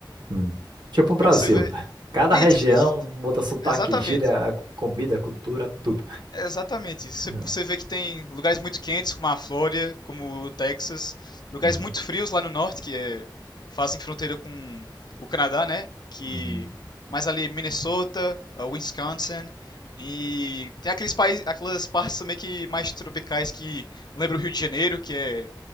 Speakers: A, on the right (about 65°); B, on the left (about 60°).
A: Hum. Tipo o Brasil.
B: Quando você vê.
A: né? Cada
B: Isso,
A: região
B: isso,
A: muda sotaque,
B: exatamente.
A: gíria, comida, cultura, tudo.
B: Exatamente. Você
A: Uhum,
B: você vê que tem lugares muito quentes, como a Flórida, como o Texas, lugares
A: uhum,
B: muito frios lá no norte, que é, fazem fronteira com o Canadá, né? Que
A: uhum.
B: mais ali Minnesota, ah, Wisconsin, e tem aqueles países, aquelas partes também que mais tropicais que lembra o Rio de Janeiro, que é,